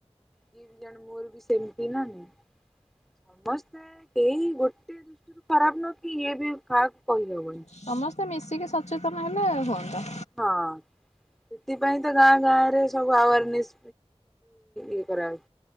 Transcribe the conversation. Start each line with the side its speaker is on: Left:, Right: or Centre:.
Centre: ଇଏ ବି ଜାଣ ମୋର ବି ସେମିତି ନା ନାଇଁ ସମସ୍ତେ କେହି ଗୋଟେ ଦୃଷ୍ଟିରୁ ଖରାପ ନ କି ଇଏ ବି କାହାକୁ କହିଦବନି
Left: ସମସ୍ତେ ମିଶିକି ସଚେତନ ହେଲେ ଆଉ ହୁଅନ୍ତ
Centre: ହଁ ସେଥିପାଇଁ ତ ଗାଁ ଗାଁରେ ସବୁ ଆୱାରନେସ୍ ଇଏ କରାହଉଛି